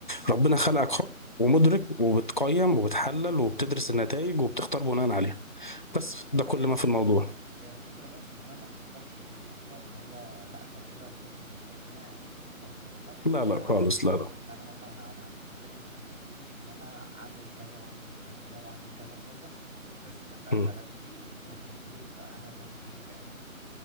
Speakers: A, on the left; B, on the right.
A: ربنا خلقك حر ومدرك وبتقيم وبتحلل وبتدرس النتائج وبتختار بناء عليها بس
B: اه
A: ده كل
B: يعني
A: ما في الموضوع
B: هي الفكرة بس ان انا ما افكرش في الموضوع ان هو لا ده كده ظلم من ربنا يعني استغفر الله ان
A: لا
B: انا
A: لا خالص لا لا
B: ان انا مثلا انا عت- انت انت كتبتني ان انا اعمل كذا واعمل الذنب ده واعمل كذا وكذا بس ف... ف... فده
A: مم.
B: مش ايدي انت اللي كتبته لي فانا ذنبي ايه فاهمني